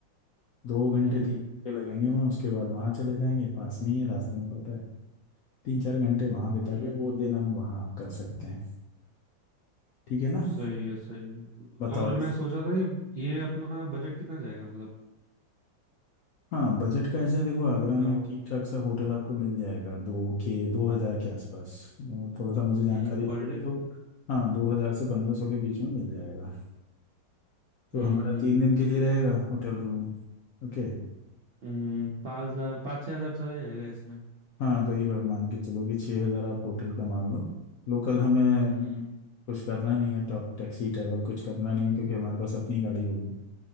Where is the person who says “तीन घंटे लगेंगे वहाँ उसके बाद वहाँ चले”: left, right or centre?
Left